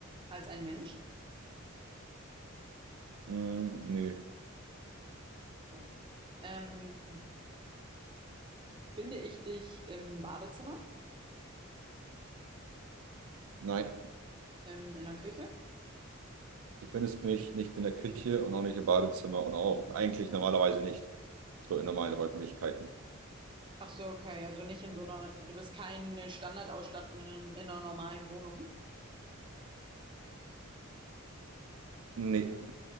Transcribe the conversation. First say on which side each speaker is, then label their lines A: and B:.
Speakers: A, on the right; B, on the right.
A: als ein Mensch?
B: mm, nö,
A: Okay. Ähm, finde ich dich im Badezimmer,
B: nein.
A: im, in der Küche?
B: Du findest mich nicht in der Küche und auch nicht im Badezimmer und auch eigentlich normalerweise nicht so in normalen Räumlichkeiten.
A: Ach so, okay, also nicht in so einer, du bist keine Standardausstattung in, in einer normalen Wohnung.
B: Nee.